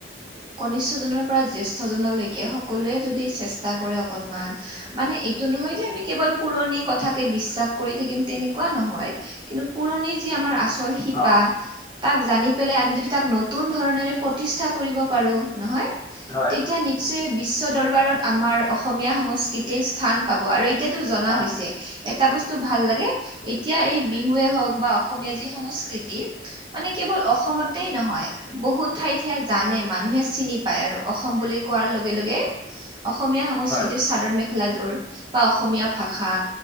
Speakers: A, on the right; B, on the left.
A: কনিষ্ঠজনৰ পৰা জেষ্ঠ জনলৈকে সকলোৱে যদি চেষ্টা কৰে অকনমান মানে এইটো নহয় যে আমি কেৱল পুৰণি কথাকে বিশ্বাস কৰি থাকিম তেনেকুৱা নহয়। কিন্তু পুৰণি যি আমাৰ আচল শিপা
B: অঁ
A: তাক জানি পেলাই আমি যদি তাক নতুন ধৰণৰে প্ৰতিষ্ঠা কৰিব পাৰো নহয়।
B: হয়
A: তেতিয়া নৃ- যে বিশ্ব দৰবাৰত আমাৰ অসমীয়া সংস্কৃতি স্থান পাব আৰু এতিয়াতো জনা
B: অঁ
A: হৈছে। এটা বস্তু ভাল লাগে এতিয়া এই বিহুৱে হওক বা অসমীয়া যি সংস্কৃতি মানে কেৱল অসমতেই নহয় বহুত ঠাইতে জানে মানুহে চিনি পায় আৰু অসম বুলি কোৱাৰ লগে লগে অসমীয়া সংস্কৃতিৰ
B: হয়
A: চাদৰ মেখেলাযোৰ বা অসমীয়া ভাষা।